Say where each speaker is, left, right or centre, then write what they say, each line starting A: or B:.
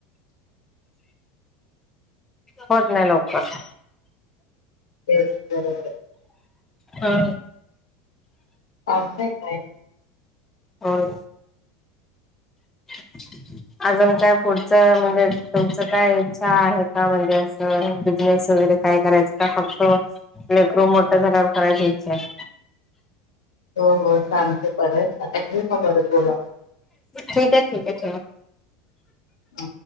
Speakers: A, on the left; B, on the left.
A: होत नाही लवकर
B: तेच बरोबर आहे.
A: हा
B: असतंय काय
A: होय <inaudible> अजून काय पुढचं म्हणजे तुमचं काय इच्छा आहे का म्हणजे असं बिझनेस वगैरे काय करायचं? का फक्त लेकरू मोठं झाल्यावर करायची इच्छा आहे.
B: हो हो चालतंय परत आता ठेऊ का परत बोला आपण?
A: ठीक आहे ठीक आहे ठेवा.
B: हा